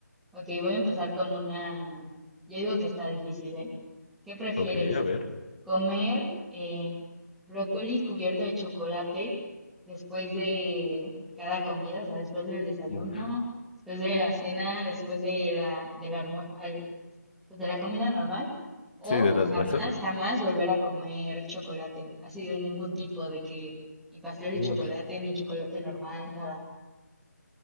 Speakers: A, in the centre; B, on the left.
A: Ok, voy a empezar con una. Yo digo que está difícil, ¿eh? ¿Qué prefieres?
B: Ok, a ver.
A: Comer eh, brócoli cubierto de chocolate después de cada comida, o sea, después del desayuno,
B: Uf,
A: después de la cena, después de la, del almu- al- pues, de la comida normal. O
B: Sí, del almuerzo.
A: jamás, jamás volver a comer chocolate. Así de ningún tipo, de que ni pastel de
B: uf.
A: chocolate, ni chocolate normal, nada.